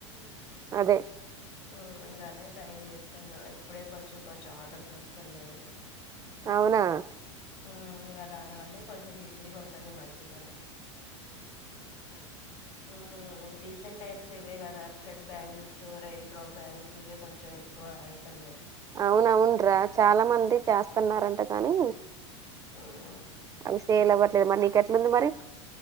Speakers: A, on the right; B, on the left.
A: అదే
B: ఆ ఇంగదే ట్రై జేస్తున్నా ఇప్పుడే కొంచం కొంచం ఆర్డర్స్ ఒస్తున్నాయి
A: ఔనా
B: ఊమ్ గదానివల్లే కొంచెం బి జీగుంటాన ఈ మధ్యలోనే ఊమ్ రీసెంటె టైమ్స్లో ఇవే గదా త్రెడ్ బ్యాంగిల్స్, రెయిన్డ్రాప్ బ్యాంగిల్స్ ఇవే కొంచెం ఎక్కువ ఐతన్నయ్
A: ఔనౌన్రా చాలా మంది చాస్తన్నారంట గనీ
B: ఉమ్
A: అవి సేల్ అవ్వట్లేద్ మరి నీకెట్లుంది మరి